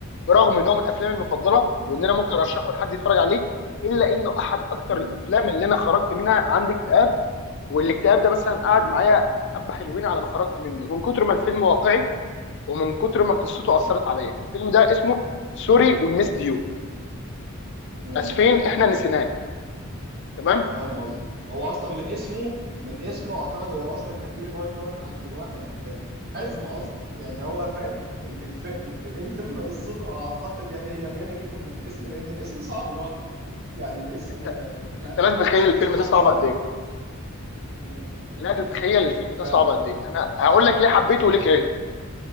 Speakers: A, on the left (about 55°); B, on the right (about 50°).
A: برغم ان هو من افلامي المفضله
B: مم.
A: وان انا ممكن ارشحه لحد يتفرج عليه الا انه احد اكتر
B: مم.
A: الافلام اللي انا خرجت منها عندي اكتئاب والاكتئاب ده مثلا قعد
B: مم.
A: معايا حبه حلوين على ما خرجت منه من كتر ما الفيلم واقعي ومن كتر ما قصته اثرت
B: مم.
A: عليا الفيلم ده اسمه سوري وميس ديو
B: مم. مم.
A: اسفين احنا نسيناك تمام
B: فاهم قصدي هو اصلا من اسمه من اسمه اعتقد هو اصلا كفيل ان هو يكون عند الواحد ازمه اصلا يعني هو فاهم ال- الف... ال- الفيلم قصته اعتقد يعني هي باينه جدا من الاسم لان الاسم صعب لوحده <laughs> يعني الاسم
A: انت
B: مش عارف
A: انت لا تتخيل
B: انا حاسس ان
A: الفيلم
B: الاسم صعب
A: ده صعب
B: جدا
A: قد ايه
B: مم. مم.
A: لا تتخيل
B: مم.
A: الفيلم ده
B: فعلا
A: صعب قد ايه انا هقول لك ليه حبيته وليه كرهته